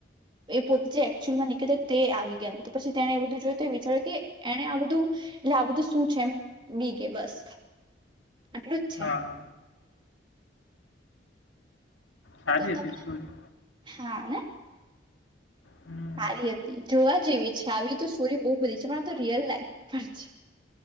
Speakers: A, on the right; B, on the left.
A: એ પોતે જે એકચુઅલમાં નીક્કી હતી, તે આવી ગય ને તો પછી તેને એ બધું જોય તો એ વિચાર્યું કે એને આ બધું એટલે આ બધું શું છે એમ બી ગઈ બસ આટલું જ છે.
B: હા સારી
A: તો તમને
B: હતી સ્ટોરી
A: હા ને
B: હમ
A: હારી અતી જોવા જેવી છે. આવી તો સ્ટોરી બૌ બધી છે. પણ આતો રિયલ લાઈફ પર છે.